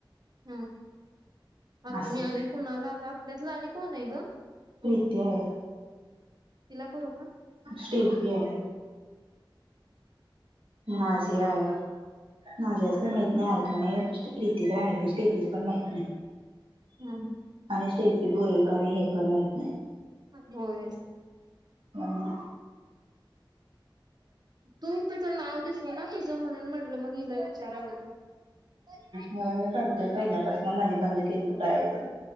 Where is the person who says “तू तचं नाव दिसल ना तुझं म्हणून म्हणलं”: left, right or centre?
Right